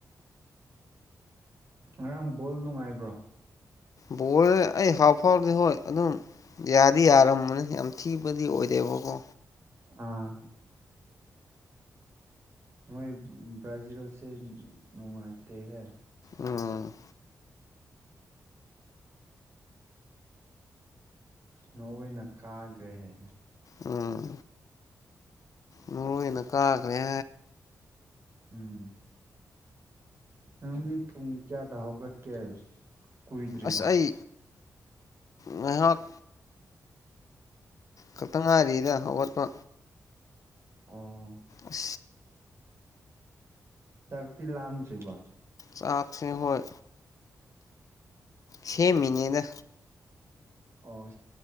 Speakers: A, on the right; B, on the left.
A: ꯉꯔꯥꯡ ꯕꯣꯜ ꯅꯨꯡꯉꯥꯏꯕ꯭ꯔꯣ
B: ꯕꯣꯔꯜꯁꯦ ꯑꯩ ꯍꯞ ꯐꯥꯎꯔꯗꯤ ꯍꯣꯏ ꯑꯗꯨꯝ ꯌꯥꯗꯤ ꯌꯥꯔꯝꯕꯅꯦ ꯌꯥꯝ ꯊꯤꯕꯗꯤ ꯑꯣꯏꯔꯦꯕꯀꯣ
A: ꯑꯥ ꯃꯥꯏ ꯭ꯔꯥꯖꯤꯜꯁ ꯅꯣꯡꯉꯥꯏꯇ ꯍ
B: ꯎꯝ
A: ꯅꯅ ꯀꯥꯈ꯭ꯔꯦ ꯍꯥꯏꯅ
B: ꯎꯝ ꯃꯔꯣꯏꯅ ꯀꯥꯈ꯭ꯔꯦ
A: ꯎꯝ ꯅꯪꯗꯤ ꯄꯨꯡ ꯀꯌꯥꯗ ꯍꯧꯒꯠꯀꯦ ꯀꯨꯏꯗ꯭ꯔꯤꯕ
B: ꯑꯁ ꯑꯩ ꯉꯥꯏꯍꯥꯛ ꯈꯛꯇꯪ ꯉꯥꯏꯔꯤꯗ ꯍꯧꯒꯠꯄ
A: ꯑꯣ
B: ꯑ
A: ꯆꯥꯛꯇꯤ ꯂꯥꯡꯗ꯭ꯔꯤꯕꯣ
B: ꯆꯥꯛꯁꯦ ꯍꯣꯏ ꯁꯦ ꯃꯅꯦꯗ
A: ꯑꯣ